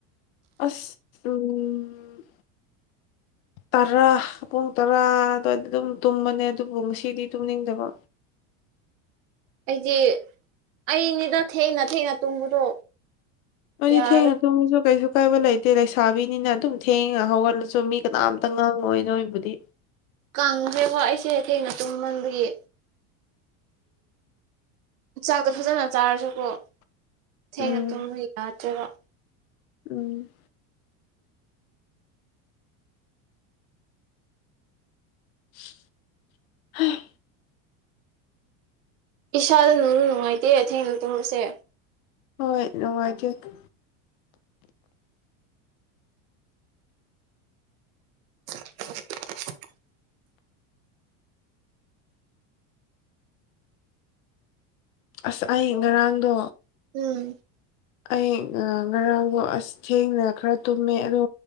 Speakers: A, on the left; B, on the right.
A: ꯑꯁ ꯎꯝ ꯇꯔꯥ ꯄꯨꯡ ꯇꯔꯥ ꯑꯗꯨꯋꯥꯏ ꯑꯗꯨꯝ ꯇꯨꯝꯕꯅꯦ ꯑꯗꯨꯕꯨ ꯉꯁꯤꯗꯤ ꯇꯨꯝꯅꯤꯡꯗꯕ
B: ꯑꯩꯗꯤ ꯑꯩꯅꯤꯗ ꯊꯦꯡꯅ ꯊꯦꯡꯅ ꯇꯨꯝꯕꯗꯣ
A: ꯅꯣꯏꯗꯤ
B: ꯌꯥꯔ
A: ꯊꯦꯡꯅꯥ ꯇꯨꯝꯃꯁꯨ ꯀꯩꯁꯨ ꯀꯥꯏꯗꯦꯗꯥ ꯑꯀꯥꯏꯕ ꯂꯩꯇꯦ ꯂꯩꯁꯥꯕꯤꯅꯤꯅ ꯑꯗꯨꯝ ꯊꯦꯡꯅꯥ ꯍꯧꯒꯠꯂꯁꯨ ꯃꯤ ꯀꯅꯥꯝꯇ ꯉꯥꯡꯉꯣꯏ ꯅꯣꯏꯕꯨꯗꯤ
B: ꯀꯪꯈ꯭ꯔꯦꯕꯣ ꯑꯩꯁꯦ ꯊꯦꯡꯅ ꯇꯨꯝꯃꯟꯕꯒꯤ ꯆꯥꯛꯇꯣ ꯐꯖꯅ ꯆꯥꯔꯁꯨꯀꯣ ꯊꯦꯡꯅ
A: ꯎꯝ
B: ꯇꯨꯝꯕ ꯌꯥꯗ꯭ꯔꯦꯕ
A: ꯎꯝ <inaudible>
B: ꯏꯁꯥꯗ ꯅꯨꯡꯖꯨ ꯅꯨꯡꯉꯥꯏꯇꯦ ꯊꯦꯡꯅ ꯇꯨꯝꯕꯁꯦ
A: ꯍꯣꯏ ꯅꯨꯡꯉꯥꯏꯇꯦ
B: <inaudible>
A: ꯑꯁ ꯑꯩ ꯉꯔꯥꯡꯗꯣ
B: ꯎꯝ
A: ꯑꯩ ꯉꯔꯥꯡꯗꯣ ꯑꯁ ꯊꯦꯡꯅ ꯈꯔ ꯇꯨꯝꯃꯦ ꯑꯗꯣ